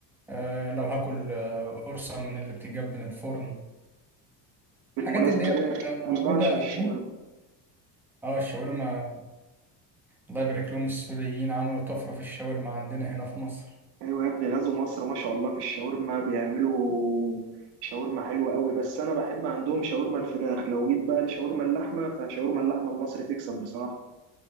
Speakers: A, in the centre; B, on the right (about 80°).
A: آه، لو هاكل آه، قرصة من اللي بتتجاب من الفرن
B: بالمناسبه
A: الحاجات اللي هي بتبقى موجودة
B: انا بعشق الشاورما
A: اه الشاورما الله يبارك لهم السوريين عملوا طفرة في الشاورما عندنا هنا في مصر
B: ايوه يا ابني غزو مصر ما شاء الله في الشاورما بيعملوا شاورما حلوه قوي بس انا بحب عندهم شاورما الفراخ لو جيت بقى لشاورما اللحمه فشاورما اللحمه المصري تكسب بصراحه